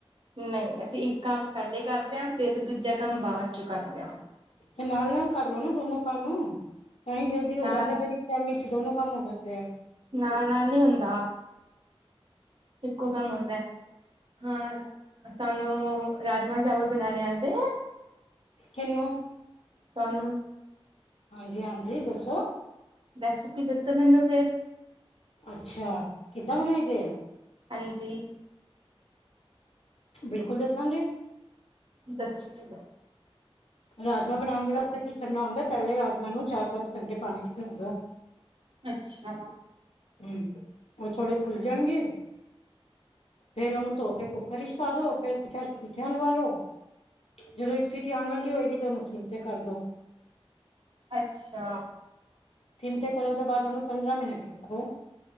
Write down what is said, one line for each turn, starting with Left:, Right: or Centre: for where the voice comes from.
Right: ਨਹੀਂ ਅਸੀਂ ਇੱਕ ਕੰਮ ਪਹਿਲੇ ਕਰਦਿਆਂ ਫਿਰ ਦੂਜਾ ਕੰਮ ਬਾਅਦ ਚੋਂ ਕਰਦਿਆਂ
Left: ਤੇ ਨਾਲ ਨਾਲ ਕਰਲੋ ਨਾ ਦੋਨੋ ਕੰਮ ਤਾਂ ਹੀ ਜਲਦੀ ਹੋ
Right: ਨਾਲ
Left: ਜਾਂਦਾ ਫੇਰ ਇੱਕ ਟਾਈਮ ਦੋਨੋ ਕੰਮ ਹੋ ਜਾਂਦੇ ਆ।
Right: ਨਾਲ ਨਾਲ ਨੀ ਹੁੰਦਾ। ਇੱਕੋ ਕੰਮ ਆਦਾ ਹੈ ਹਾਂ ਤੁਹਾਨੂੰ ਰਾਜਮਾ, ਚਾਵਲ ਬਣਾਣੇ ਆਦੇ ਐ?
Left: ਕਿਨੂੰ?
Right: ਤੁਹਾਨੂੰ
Left: ਹਾਂਜੀ-ਹਾਂਜੀ ਦੱਸੋ?
Right: ਵੈਸੇ ਕੋਈ ਦੱਸੋ ਮੈਨੂੰ ਫੇਰ
Left: ਅੱਛਾ ਕਿੱਦਾਂ ਬਣਾਈ ਦੇ ਆ
Right: ਹਾਂਜੀ,
Left: ਬਿਲਕੁਲ ਦੱਸਾਂਗੇੇ,
Right: ਦੱਸ ਚਲੋ,
Left: ਰਾਜਮਾਂ ਬਣਾਣ ਦੇ ਵਾਸਤੇ ਕੀ ਕਰਨਾ ਹੁੰਦਾ ਪਹਿਲੇ ਰਾਜਮਾਂ ਨੂੰ ਚਾਰ ਪੰਜ ਘੰਟੇ ਪਾਣੀ ਚ ਪੇਓਦੋ
Right: ਅੱਛਾ,
Left: ਹੂੰ ਉਹ ਥੋੜੇ ਫੁੱਲ ਜਾਣਗੇ ਫੇਰ ਉਹਨੂੰ ਧੋ ਕੇ ਕੁੱਕਰ ਹੀ ਪਾ ਦੋ ਫੇਰਾ ਸੀਟੀਆਂ ਲਵਾ ਲੋ ਜਦੋਂ ਇੱਕ ਸੀਟ ਆਉਣ ਵਾਲੀ ਹੋਏਗੀ। ਤੇ ਉਹਨੂੰ ਸਿਮ ਤੇ ਕਰਦੋ,
Right: ਅੱਛਾ,
Left: ਸਿਮ ਤੇ ਕਰਨ ਤੋਂ ਬਾਅਦ ਉਹਨੂੰ ਪੰਦਰਾਂ ਮਿੰਟ ਰੱਖੋ